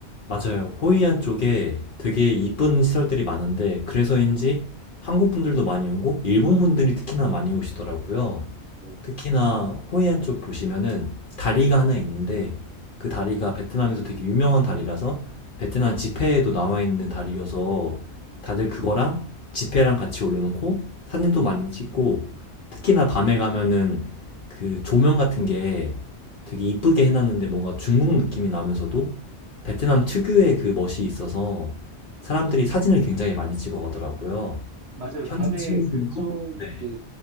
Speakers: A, on the left (about 55°); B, on the right (about 85°).
A: 맞아요. 호이안 쪽에 되게 이쁜 시설들이 많은데 그래서인지
B: 네,
A: 한국 분들도 많이 오고 일본 분들이 특히나 많이 오시더라고요.
B: 네.
A: 특히나 호이안 쪽 보시면은 다리가 하나 있는데 그
B: 네.
A: 다리가 베트남에서 되게 유명한 다리라서 베트남 지폐에도 나와 있는 다리여서 다들 그거랑 지폐랑 같이 올려놓고 사진도 많이 찍고 특히나 밤에 가면은 그 조명 같은 게 되게 이쁘게 해놨는데 뭔가 중국 느낌이 나면서도 베트남 특유의 그 멋이 있어서 사람들이 사진을 굉장히 많이 찍어 가더라고요.
B: 맞아요.
A: 현지
B: 밤에
A: 친구들도
B: 그쪽
A: 네.
B: 그